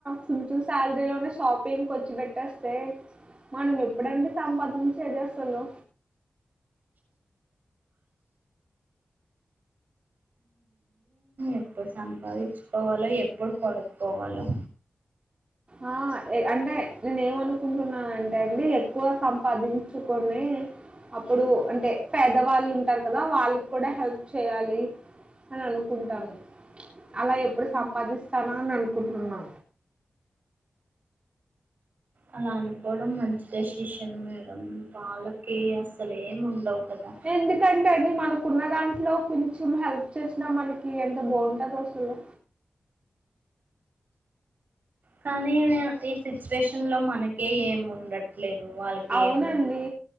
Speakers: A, on the right; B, on the right.
A: కొంచం శాలరీలోనే షాపింగ్కి ఖర్చు పెట్టేస్తే మనం ఎప్పుడండి సంపాదించేది అసలు
B: ఎప్పుడు సంపా సంపాదించుకోవాలో ఎప్పుడు కొనుక్కోవాలో
A: ఆ అంటే నేను ఏమనుకుంటున్నానంటే అండి ఎక్కువ సంపాదించుకొనే అప్పుడు అంటే పేదవాళ్ళు ఉంటారు కదా వాళ్ళకి కూడా హెల్ప్ చేయాలి అని అనుకుంటాను అలా ఎప్పుడు సంపాదిస్తానా అని అనుకుంటున్నా.
B: అలా అనుకోవడం మంచి డెసిషన్ మేడం వాళ్ళకి అసల్ ఏం ఉండవు కదా
A: ఎందుకంటే అండి మనకున్న దాంట్లో కొంచెం హెల్ప్ చేసినా మనకి ఎంత బాగుంటదో అసలు
B: కానీ ఈ సిచ్యువేషన్లో మనకే ఏం ఉండట్లేదు వాళ్లకేం
A: అవునండి